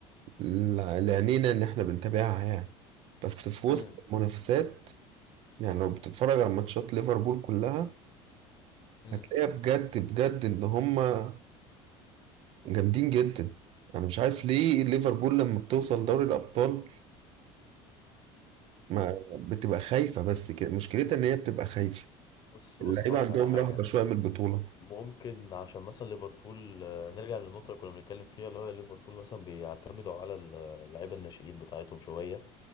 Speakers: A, on the right; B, on the left.
A: لل- لعينينا إن إحنا بنتابعها يعني بس في وسط
B: امم
A: المنافسات يعني لو بتتفرج على ماتشات ليفربول كلها
B: امم
A: هتلاقيها بجد بجد ان هما جامدين جدا انا مش عارف ليه ليفربول لما بتوصل دوري الابطال ما بتبقى خايفة بس كده مشكلتها ان هي بتبقى خايفة
B: بص
A: اللعيبة
B: بص هقول
A: عندهم
B: لك على حاجة
A: رهبة شوية من البطولة
B: ممكن عشان مثلا ليفربول آه، نرجع للنقطة اللي كنا بنتكلم فيها اللي هو ليفربول مثلا بيعتمدوا على ال- اللعيبة الناشئين بتاعتهم شوية